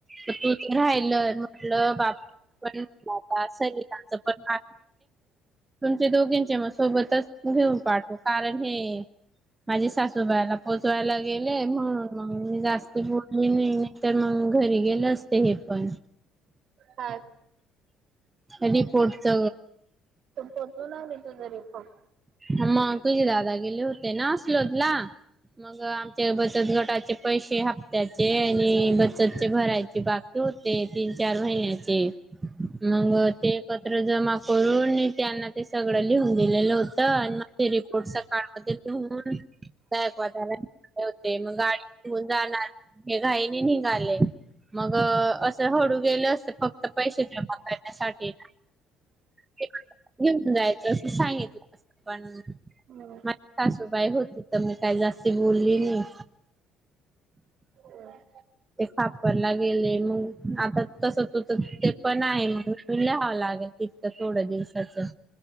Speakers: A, on the right; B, on the right.
A: तर तू तर राहिलय म्हटलं बाप. पण आता सचं पण का? तुमचे दोघींचे मग सोबतच घेऊन पाठू कारण हे. माझी सासूबाईला पोचवायला गेले म्हणून मग मी जास्त बोलली नाही नाही. तर मग घरी गेलं असते हे पण
B: हा.
A: अडी पोटत.
B: पोचवला मी तुझा रिपोर्ट
A: मग तुझे दादा गेले होते ना असलोदला. मग आमचे बचत गटाचे पैसे हप्त्याचे आणि बचतचे भरायचे बाकी होते तीन चार महिन्याचे मग ते एकत्र जमा करून त्यांना ते सगळं लिहून दिलेलं होतं. ते रिपोर्टचा सकाळमध्ये लिहून गयकवादाला होते मग गाडी घेऊन जाणार हे घाईने निघाले. मग असं हळू गेलं असते फक्त पैसे जमा करण्यासाठी <unintelligible> जायचं अस सांगितलं पण
B: हम्म.
A: माझ सासूबाई होत. तिथं मी काय जास्ती बोलली नाही.
B: हम्.
A: ते खापरला गेले मग आता तस तुं ते पण आहे मग त लिहावं लागेल. तथत थोड्या दिवसाचं.